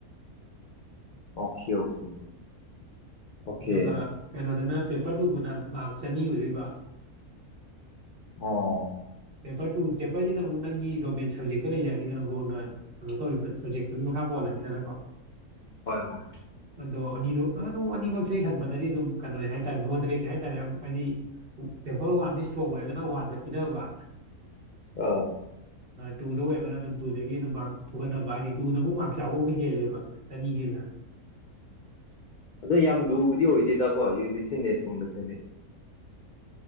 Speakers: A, on the left; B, on the right.
A: ꯑꯣꯀꯦ ꯑꯣꯀꯦ ꯑꯣꯀꯦ
B: ꯑꯗꯨꯒ ꯀꯩꯅꯣꯗꯅ ꯄꯦꯄꯔ ꯄꯨꯨꯕꯅ ꯃꯥꯔꯛꯁ ꯆꯅꯤ ꯑꯣꯏꯗꯣꯏꯕ
A: ꯑꯣ
B: ꯄꯦꯄꯔ ꯇꯨ ꯄꯦꯄꯔꯁꯤꯅ ꯑꯃꯨꯛ ꯅꯪꯒꯤ ꯗꯣꯃꯦꯟ ꯁꯞꯖꯦꯛꯇ ꯂꯩꯖꯔꯅꯤꯗꯅ ꯕꯣꯔꯅ ꯀꯩꯅꯣ ꯇꯧꯔꯤꯕ ꯁꯕꯖꯦꯛꯇꯨꯒꯤ ꯃꯈꯥ ꯄꯣꯜꯂꯅꯤꯗꯅꯀꯣ
A: ꯍꯣꯏ ꯍꯣꯏ
B: ꯑꯗꯣ ꯑꯅꯤꯗꯣ ꯑꯅꯤꯃꯛꯁꯦ ꯍꯟꯕꯗꯗꯤ ꯑꯗꯨꯝ ꯀꯩꯅꯣ ꯍꯥꯏꯇꯥꯔꯦ ꯃꯣꯗꯔꯦꯠ ꯍꯥꯏꯇꯥꯔꯦ ꯍꯥꯏꯗꯤ ꯄꯦꯄꯔ ꯋꯥꯟꯗꯤ ꯏꯁꯇ꯭ꯔꯣꯡ ꯑꯣꯏꯔꯒꯅ ꯋꯥꯟꯗ ꯄꯤꯅꯕ
A: ꯑꯥ
B: ꯇꯨꯗꯨ ꯑꯣꯏꯔꯒꯅ ꯑꯗꯨꯝ ꯇꯨꯗꯒꯤ ꯑꯗꯨꯝ ꯃꯥꯔꯛ ꯐ ꯄꯨꯈꯠꯅꯕ ꯍꯥꯏꯗꯤ ꯇꯨꯗ ꯑꯃꯨꯛ ꯃꯥꯔꯛ ꯆꯥꯛꯍꯧꯕ ꯍꯦꯜꯂꯦꯕ ꯆꯅꯤꯒꯤꯗ
A: ꯑꯗꯣ ꯌꯥꯝ ꯭ꯂꯨꯕꯗꯤ ꯑꯣꯏꯗꯦꯗꯀꯣ ꯌꯨꯖꯤ ꯁꯤ ꯅꯦꯠꯀꯨꯝꯕꯁꯤꯗꯤ